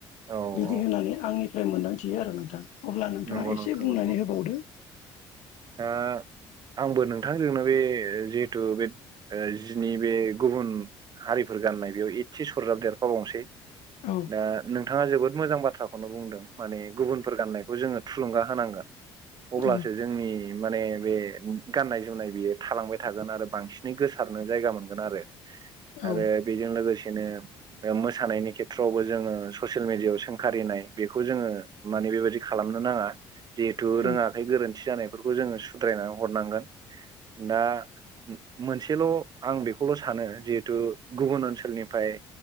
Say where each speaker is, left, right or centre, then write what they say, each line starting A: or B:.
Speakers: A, on the right (about 35°); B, on the left (about 65°).
A: औ
B: बिदि
A: औ
B: होनानै
A: औ
B: आंनिफ्राय मोनदांथियो आरो नोंथां अब्ला नोंथाङा
A: नंगौ
B: एसे
A: नोंथां
B: बुंनानै
A: नंगौ
B: होबावदो
A: दा आंबो नोंथांजोंनो बे जिहेतु बे ओ जिनि बे गुबुन हारिफोर गाननाय बेयाव एदसे सरजाब देरफाबावनोसै
B: औ
A: दा नोंथाङा जोबोद मोजां बाथ्राखौनो बुंदों माने गुबुनफोर गाननायखौ जोङो थुलुंगा होनांगोन। अब्लासो
B: औ
A: जोंनि माने बे गाननाय जोमनाय बेयो थालांबाय थागोन आरो बांसिनै गोसारनो जायगा मोनगोन आरो।
B: औ
A: आरो बेजों लोगोसेनो ओ मोसानायनि खेथ्रआवबो जोङो ससियेल मिडियायाव सोंखारिनाय बेखौ जोङो माने बेबायदि खालामनो नाङा जिहेथु
B: औ
A: रोङाखै गोरोन्थि जानाय फोरखौ जोङो सुद्रायनानै हरनांगोन दा मोनसेल' आं बेखौल' सानो जिहेथु गुबुन ओनसोलनिफाय